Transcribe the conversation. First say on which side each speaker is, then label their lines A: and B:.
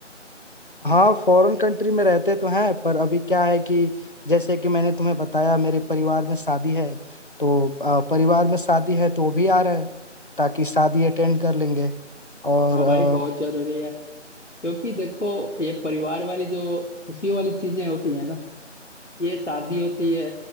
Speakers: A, on the left; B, on the left.
A: हाँ फॉरेन कंट्री में रहते तो हैं पर अभी क्या है कि जैसे कि मैंने तुम्हें बताया मेरे परिवार में शादी है तो अ, परिवार में शादी है तो वो भी आ रहे हैं ताकि शादी अटेंड कर लेंगे और
B: हाँ
A: अ,
B: भाई बहुत जरूरी है क्योंकि देखो ये परिवार वाली जो खुशियों वाली चीजें होती है ना ये शादी होती है